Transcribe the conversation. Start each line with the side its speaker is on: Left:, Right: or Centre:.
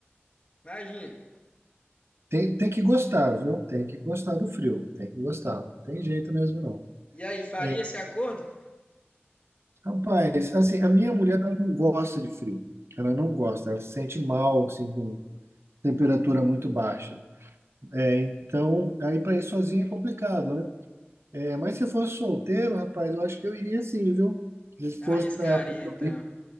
Left: Imagina.
Right: tem, tem que gostar, viu? Tem que gostar do frio. Tem que gostar. Não tem jeito mesmo, não.
Left: E aí, faria
Right: É,
Left: esse acordo?
Right: rapaz, assim, a minha mulher ela não gosta de frio. Ela não gosta. Ela se sente mal, assim, com temperatura muito baixa. É, então, aí para ir sozinha é complicado, né? É, mas se eu fosse solteiro, rapaz, eu acho que eu iria sim, viu? Se
Left: Arriscaria
Right: fosse na época que
Left: então.
Right: eu ia,